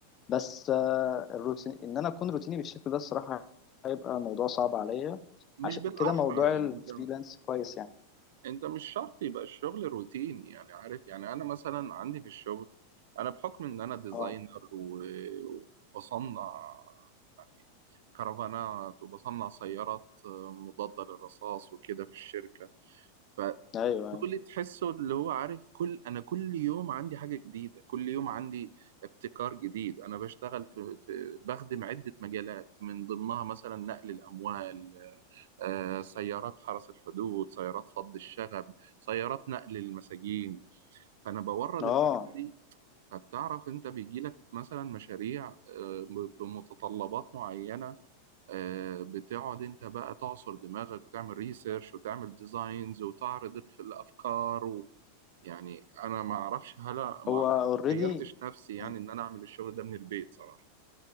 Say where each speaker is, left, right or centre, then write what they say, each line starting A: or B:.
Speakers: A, on the left (about 30°); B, on the right (about 75°).
A: بس آه، الروتين ان انا اكون روتيني بالشكل ده الصراحه هيبقى موضوع صعب عليا
B: مش
A: عشان
B: بالاحرى
A: كده موضوع
B: يعني
A: الفريلانس
B: انت
A: كويس يعني
B: انت مش شرط يبقى الشغل روتيني يعني عارف يعني انا مثلا عندي في الشغل انا بحكم ان انا ديزاينر
A: اه
B: و- وبصنع يعني كرفانات وبصنع سيارات مضادة للرصاص وكده في الشركة ف...
A: ايوه
B: دول
A: ايوه
B: تحسه اللي هو عارف كل انا كل يوم عندي حاجه جديده كل يوم عندي ابتكار جديد انا بشتغل في, في بخدم عده مجالات من ضمنها مثلا نقل الاموال آه، سيارات حرس الحدود سيارات فض الشغب سيارات نقل المساجين فانا بورد
A: اه
B: الحاجات دي فتعرف انت بيجي لك مثلا مشاريع آه، بمتطلبات معينه آه، بتقعد انت بقى تعصر دماغك وتعمل ريسيرش وتعمل ديزاينز وتعرض الف- الافكار و... يعني انا ما اعرفش هلا ما
A: هو
B: ما
A: اوريدي
B: تخيلتش نفسي يعني
A: يعني
B: ان انا اعمل الشغل ده من البيت صراحه